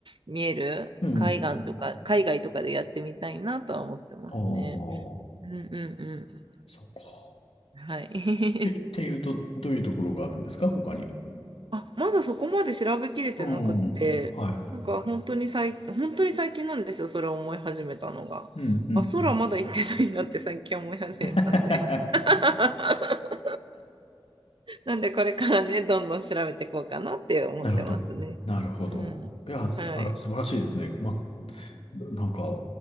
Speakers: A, on the right; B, on the left.
A: 見える海岸とか、
B: うん。
A: 海外とかでやってみたいなとは思ってますね。
B: ああ、
A: うんうんう
B: そっか。
A: ん。はい。<laughs>
B: え、っていうと、どういうところがあるんですか他に。
A: あ、まだそこまで調べきれてなくって、
B: うん。はい。
A: なんか本当に最近、本当に最近なんですよ、それを思い始めたのが。
B: うん、うん、
A: あ、空まだ行ってないなって最近思い始めたんで。
B: うん。<laughs>
A: <laughs> なんでこれからね、どんどん調べていこうかなって思ってますね。
B: なるほど。なるほど。
A: うん。
B: いや、素晴ら、
A: はい。
B: 素晴らしいですね。ま、なんか、